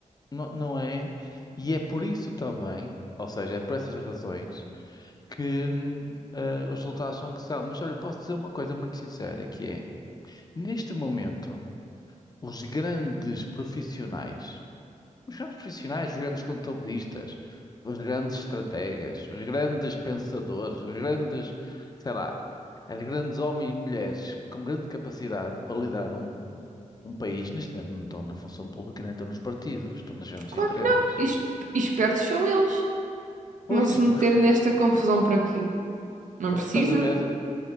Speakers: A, on the left (about 30°); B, on the right (about 70°).
A: não, não é. E é por isso também, ou seja, é por essas razões que hum, eh, os resultados são que são. Mas olha, posso dizer uma coisa muito sincera, que é, neste momento, os grandes profissionais, os grandes profissionais, os grandes contabilistas, os grandes estrategas, os grandes pensadores, os grandes, sei lá, as grandes homens e mulheres com grande capacidade para liderar um, um país, neste momento não estão na função pública, nem estão nos partidos, estão nas grandes
B: Claro
A: empresas.
B: que não. E es- e espertos são eles.
A: Pois,
B: vão se
A: porque
B: meter nesta confusão por aqui. Não
A: eh,
B: precisam?
A: estás a ver,